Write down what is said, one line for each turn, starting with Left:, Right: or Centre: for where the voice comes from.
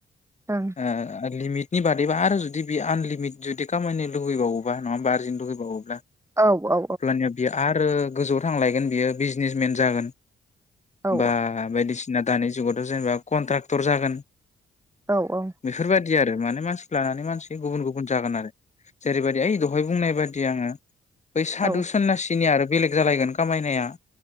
Right: औ ओं
Left: ओ लिमिट नि बादैबा आरो जुदि बेयो आनलिमिट जुदि कामायनो लुगैबावोबा नङा होमबा आरजिनो लुगैबावोब्ला ब्लाअब्लानिया
Right: औ औ
Left: बियो आर आरो गोजौआव थांलायगोन बियो बिजनेसमेन जागोन
Right: औ
Left: बा बायदिसि जोंना दानि जुगावथ जेनेबा कन्ट्रक्टर जागोन
Right: औ
Left: बेफोरबायदि आरो माने मानसिखौ लानानै मानसि गुबुन गुबुन जागोन आरो जेरैबायाददि ओइ दहाय बुंनाय बादि आङो बै सादु
Right: औ
Left: सन्नासिनि आरो बेलेग जालायगोन कामायनाया